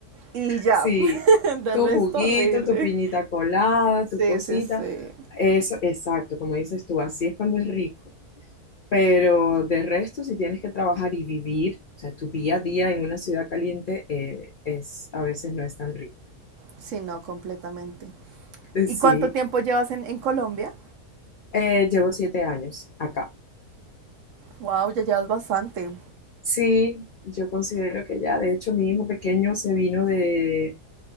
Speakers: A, on the right (about 60°); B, on the left (about 80°).
A: y ya,
B: Sí,
A: <laughs> de
B: tu
A: resto
B: juguito,
A: horrible.
B: tu piñita colada,
A: Sí,
B: tu cosita.
A: sí, sí.
B: Eso, exacto, como dices tú, así es cuando es rico. Pero de resto, si tienes que trabajar y vivir, o sea, tu día a día en una ciudad caliente eh, es, a veces no es tan rico.
A: Sí, no, completamente.
B: Sí,
A: ¿Y cuánto tiempo llevas en, en Colombia?
B: eh, llevo siete años acá.
A: Wow, ya llevas bastante.
B: Sí, yo considero que ya, de hecho, mi hijo pequeño se vino de...